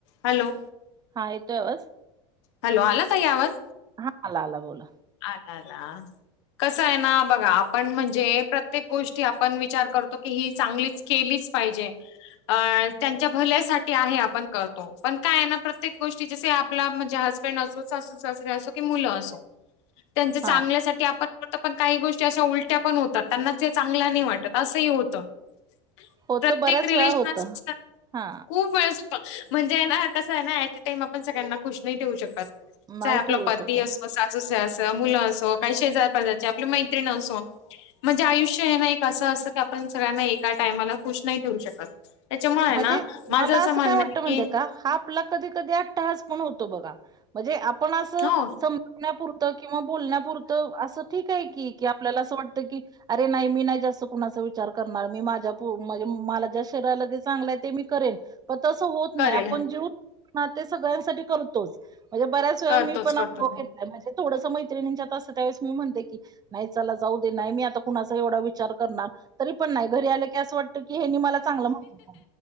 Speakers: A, on the left; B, on the right.
A: Hello.
B: हा येतोय आवाज?
A: हॅलो आला ताई आवाज?
B: हा आला आला बोला.
A: आलाला. कसं आहे ना बघा आपण म्हणजे प्रत्येक गोष्टी आपण विचार करतो. की ही चांगलीच केलीच पाहिजे. अ त्यांच्या भल्यासाठी आहे आपण करतो पण काय ना प्रत्येक गोष्टी जसे आपला म्हणजे हज बंड असो, सासू सासरे असो, की मुलं असो. त्यांच्या चांगल्यासाठी
B: हा
A: आपण तिथ पण काही गोष्टी अशा उलट्या पण होतात. त्यांना ते चांगला नाही वाटत असंही होतं. प्रत्येक
B: होत बऱ्याच
A: रिलेशन
B: वेळा होत
A: असं असतात,
B: हा
A: खूप वेळेसं म्हणजे ये ना, कसंय ना, ऍटे टाईम आपण सगळ्यांना खुश नाही ठेवू शकत.
B: नाही
A: चाहे आपला
B: ठेवू
A: पती
B: शकत
A: अस सासू स अस, मुलं असो, काही शेजार पाजारची, आपली मैत्रीण असो म्हणजे आयुष्य हे ना एक असं असतं की, आपण सगळ्यांना एका टायमाला खुश नाही ठेवू शकत. त्याच्यामुळे आहे
B: म्हणजे
A: ना माझं
B: मला असं
A: म्हणणं
B: काय वाटत
A: आहे
B: माहितीये
A: की
B: का, हा आपला कधी कधी आटाहास पण होतो बघा. म्हणजे आपण अस
A: हो.
B: सम ण्यापुरत किंवा बोलण्यापुरतं असं ठीक हाय की, की, आपल्याला असं वाटतं की, अरे नाय मी नाय जास्त कुणाचा विचार करणार, मी माझ्या पो म्हणजे मला ज्या शरीरा लगेच चांगलाय ते मी करेन. पण तसं होत नाय.
A: करेल
B: आपण जे होत हा ते सगळ्यांसाठी करतोच. म्हणजे बऱ्याच वेळा
A: करतोच
B: मी पण
A: करतो.
B: अनुभव घेत नाय म्हणजे थोडंसं मैत्रिणीच्यात असं त्यावेळेस मी म्हणते की, नाही चला जाऊ दे नाय मी आता कुणाचा एवढा विचार करणार, तरी पण नाय घरी आल टे असं वाटतं की हेनी मला चांगलं म्ह